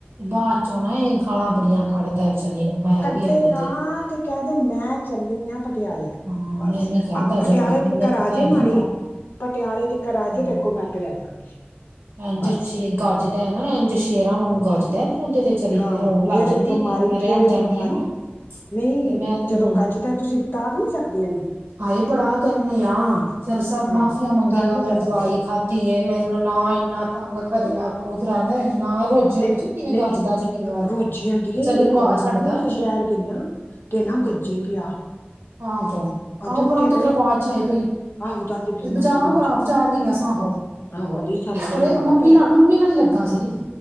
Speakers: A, on the right; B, on the left.
A: ਬਾਅਦ' ਚੋਂ ਨਾ ਇਹ ਗਾਲਾਂ ਬੜੀਆਂ ਕੱਢਦਾ ਵਿਚਾਰੀ ਨੂੰ। ਮੈਂ
B: ਕੱਢੇਗਾ
A: ਵੀ ਐਵੇਂ ਦਾ ਹੀ
B: ਤੇ ਕਹਿ ਦੇ, ਮੈਂ ਚੱਲੀ ਹਾਂ ਪਟਿਆਲੇ।
A: ਹਾਂ
B: ਬਸ,
A: ਐਵੇਂ ਕਹਿੰਦਾ
B: ਆਹ ਪਟਿਆਲੇ
A: ਜੇ ਮਰਜ਼ੀ
B: ਤਿਕਰ
A: ਮੈਨੂੰ
B: ਆਜੇ
A: ਪਤਾ ਹੈ
B: ਮਾਣੀ।
A: ਨਾ ਇਹਦਾ
B: ਪਟਿਆਲੇ ਤੀਕਰ ਆ
A: ਹਮ
B: ਜਾਏ, ਅੱਗੋਂ ਮੈਂ ਆਪੇ ਲੈ ਜਾਵਾਂਗੀ।
A: ਇੰਝ
B: ਬਸ
A: ਸ਼ੇਰ ਗੱਜਦਾ ਨਾ, ਇੰਝ ਸ਼ੇਰਾਂ ਵਾਂਗੂ ਗੱਜਦਾ। ਫੇਰ ਉਹਦੇ ਤੇ। ਚਲੀ
B: ਹਾਂ
A: ਤੇ ਰੋਣ ਲੱਗ
B: ਫੇਰ ਇਹਦੀ
A: ਜਾਂਦੀ
B: ਬਿਮਾਰੀ
A: ਹੁੰਦੀ ਮੈਂ ਰਹਿਣ
B: ਫੇਰ ਇਹਦੀ
A: ਜਾਂਦੀ
B: ਬਿਮਾਰੀ
A: ਹਾਂ ਨਾ।
B: ਨਹੀਂ,
A: ਫਿਰ ਮੈਂ ਤੇ
B: ਜਦੋਂ
A: ਹਾਂ
B: ਗੱਜਦਾ ਤੁਸੀਂ ਉਤਾਰ ਨਹੀਂ ਸਕਦੇ ਇਹਨੂੰ।
A: ਹਾਏ, ਬੜਾ ਕਹਨੇ ਆ। ਫਿਰ ਸਭ
B: ਹਾਂ
A: ਮਾਫੀਆ ਮੰਗੇਗਾ
B: ਉਤਾਰ ਨੀ
A: ਮੈਂ
B: ਸਕਦੇ
A: ਦਵਾਈ
B: ਇਹਨੂੰ
A: ਖਾਧੀ। ਦੀਏ, ਮੈਨੂੰ ਨਾ ਇੰਨਾ ਤੰਗ ਕਰਿਆ। ਪਰ ਉਹ ਕਹਿੰਦਾ ਇੰਨਾ। ਨੂੰ
B: ਤੇ
A: ਪੁੱਛਿਆ ਕਿਵੇਂ
B: ਨਹੀਂ,
A: ਗੱਜਦਾ ਜੇ ਕਈ ਵਾਰ
B: ਰੋਜ਼ੀ ਆਉਂਦੀ
A: ਵਿਚਾਰੀ
B: ਆ ਇੱਕ
A: ਰਵਾ
B: ਵਾਰੀ ਮਾਮੀ
A: ਛੱਡਦਾ ਉਹਨੂੰ
B: ਅਸੀਂ ਸ਼ਹਿਰ ਗਈਆਂ। ਤੇ ਨਾ ਗੱਜੇ ਪਿਆ।
A: ਆਹੋ,
B: ਆਂਦੇ
A: ਆਹੋ,
B: ਉੱਤੇ
A: ਪਰ ਉਹ ਤੱਕ
B: ਗਏ
A: ਆਵਾਜ਼ ਆਏ ਪਈ।
B: ਆਹੋ ਦੱਸਦੀ ਪਈ ਸੀ
A: ਬਾਜ਼ਾਰ
B: ਮੈਨੂੰ ਰੋਜੀ
A: ਖਰਾਬ। ਬਾਜ਼ਾਰ ਗਈਆਂ ਸਾ ਆਹੋ।
B: ਆਹੋ ਆਂਦੀ ਸਾਨੂੰ ਉੱਥੇ
A: ਅਰੇ,
B: ਹਨੇਰਾ
A: ਮੰਮੀ
B: ਪੈ
A: ਨਾਲ, ਮੰਮੀ ਨਾਲ ਇ ਲੱਗਾ ਸੀ।